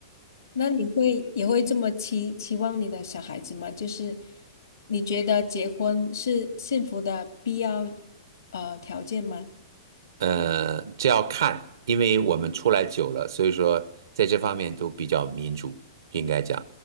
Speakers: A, on the left; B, on the right.
A: <laughs> 那你会也会这么期期望你的小孩子吗？就是你觉得结婚是幸福的必要呃条件吗？
B: 呃，这要看，因为我们出来久了，所以说在这方面都比较民主，应该讲，